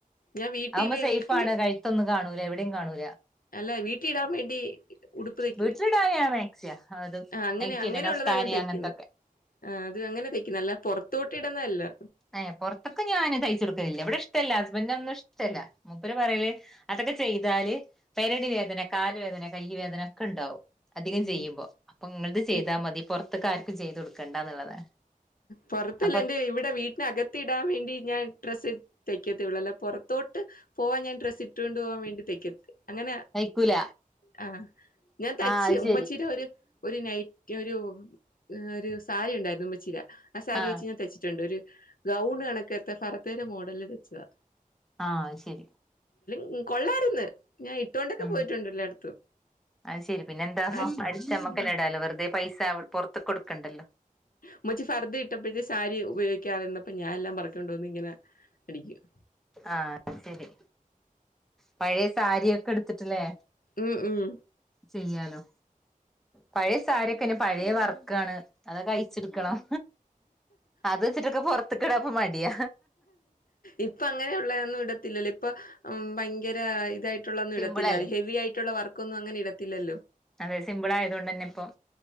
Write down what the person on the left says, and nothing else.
ഞാൻ വീട്ടില്
വീട്ടില്
അല്ല വീട്ടി ഇടാമ്മേ വണ്ടി ഉടുപ്പ് തയ്ക്കുന്നു
ആ അങ്ങനെ
അങ്ങനൊള്ളതാ
ഞാൻ തയ്ക്കുന്നത്.
ആ അത് അങ്ങനെ തയ്ക്കുന്നു അല്ലാ പൊറത്തോട്ടിടുന്നതല്
ഉം
ഈ
പൊറത്തല്ല
എന്റെ ഇവിടെ വീട്ട നകത്തിടാൻ വേണ്ടി ഞാൻ ഡ്രസ്സ് തയ്ക്കത്തേയൊള്ളല്ലാ പൊറ ത്തോട്ട് പോവാൻഞാൻ ഡ്രസ് ഇട്ടുകൊണ്ട് പോകാൻ വേണ്ടി തയ്ക്ക അങ്ങനെ
ആ ഞാൻ തച്ച
ഉമ്മച്ചീടെ
ഒരു ഒരു നൈറ്റ് ഒരു ഒരു സാരിയണ്ടായിരുന്നുമ്മച്ചീടെ ആ സാരി
വെച്ച് ഞാൻ തച്ചിട്ടുണ്ടൊരു ഗൗണ് കണക്കത്തേ ഫർദേടെ മോഡലില് തച്ചതാ
ഉം കൊള്ളാരുന്ന് ഞാൻ ഇട്ടോണ്ടൊക്കെ
പോയിട്ടുണ്ട് എല്ലായിടത്തും
അത്
ഉം
ഉമച്ചി ഫർദ്ദ ഇട്ടപ്പോഴത്തെ സാരി ഉപയോഗിക്കാതിരുന്നപ്പ ഞാൻ എല്ലാം പറക്കണ്ടോന്ന ഇങ്ങനെ അടിക്കും
ഉം ഉം
ഇപ്പ അങ്ങനെയള്ളൊന്നും ഇടത്തില്ലല്ലോ ഇപ്പൊ ഭ വ ഇതായിട്ട് ും
ഇടത്തില്ല
ഹെവി ആയിട്ടുള്ള വർക്ക് ന്നും അങ്ങനെ ഇടത്തില്ലോ